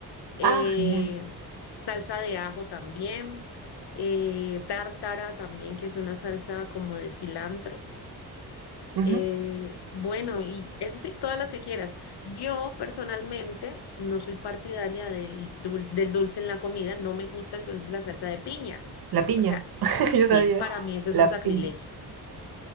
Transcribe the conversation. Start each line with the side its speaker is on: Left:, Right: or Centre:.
Left: eh,
Right: Ah, genial.
Left: salsa de ajo también, eh, tártara también, que es una salsa como de cilantro.
Right: Ujú.
Left: Eh, bueno, y eso sí, todas las que quieras. Yo personalmente no soy partidaria del, dul- del dulce en la comida, no me gusta entonces la salsa de piña.
Right: La piña,
Left: O sea,
Right: <laughs>
Left: sí,
Right: yo sabía.
Left: para mí eso es
Right: La
Left: un sacrilegio.
Right: piña.